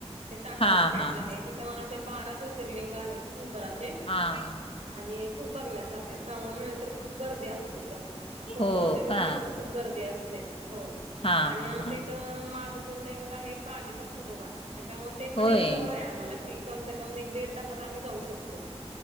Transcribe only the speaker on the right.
ते ताकारे
साईड
ला
आहे तिथं मला वाटते बारा ज्योतिर्लिंग आहेत शंकराचे.
आणि खूप बघण्यासारखं श्रावण महिन्यात तर खूप गर्दी असते तिथं सोमवारच्या
दिवशी
पण खूप गर्दी असते हो
आणि आमचं
इथं माझं कुलदैवत आहे पालीचा खंडोबा त्याच्यामुळे ते पण
एक जवळ आहे आम्हाला कि कम से कम एक देड तासात आम्ही जाऊ शकतो